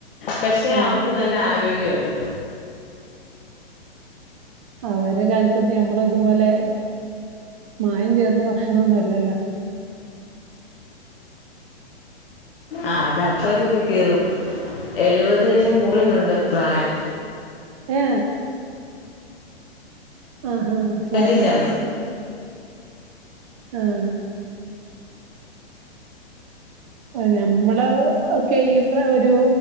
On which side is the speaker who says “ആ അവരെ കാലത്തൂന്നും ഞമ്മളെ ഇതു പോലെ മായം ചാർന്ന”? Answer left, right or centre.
Right